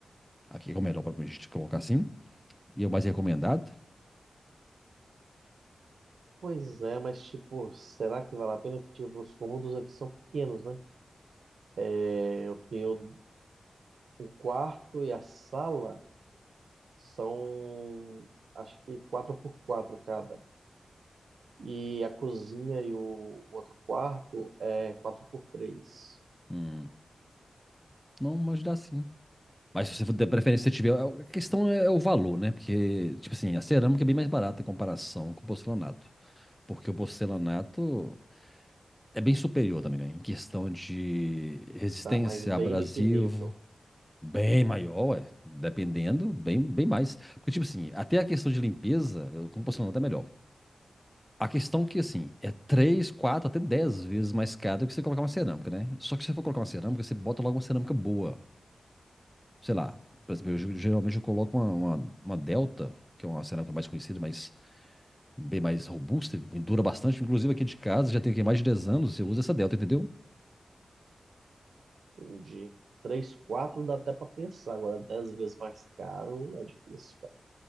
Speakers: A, in the centre; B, on the right.
A: Aqui é o melhor para a gente colocar assim. E é o mais recomendado.
B: Pois é, mas tipo, será que vale a pena que tipo, os cômodos aqui são pequenos, né? É, eu tenho o quarto e a sala são acho que 4 por 4 cada. E a cozinha e o, o outro quarto é 4 por 3.
A: Hum, não, mas dá sim. Mas se você for ter preferência, se você tiver. A questão é é o valor, né? Porque, tipo assim, a cerâmica é bem mais barata em comparação com o porcelanato. Porque o porcelanato. é bem superior também, né? Em questão de resistência,
B: tá? Mas bem
A: abrasivo,
B: naquele nível.
A: bem maior, ué, dependendo, bem, bem mais. Porque, tipo assim, até a questão de limpeza, eu- como é tá melhor. A questão que, assim, é 3, 4 até 10 vezes mais caro do que você colocar uma cerâmica, né? Só que se você for colocar uma cerâmica, você bota logo uma cerâmica boa. Sei lá, por exemplo, eu, ge- geralmente eu coloco uma, uma, uma Delta, que é uma cerâmica mais conhecida, mas bem mais robusta, e dura bastante. Inclusive aqui de casa, já tem aqui mais de 10 anos, eu uso essa Delta, entendeu?
B: Entendi. três, quatro dá até para pensar. Agora, 10 vezes mais caro é difícil, cara.